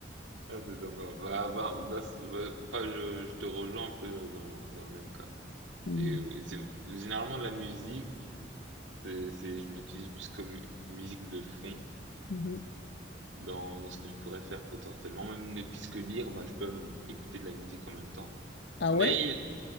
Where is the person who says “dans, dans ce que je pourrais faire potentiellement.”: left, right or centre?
Right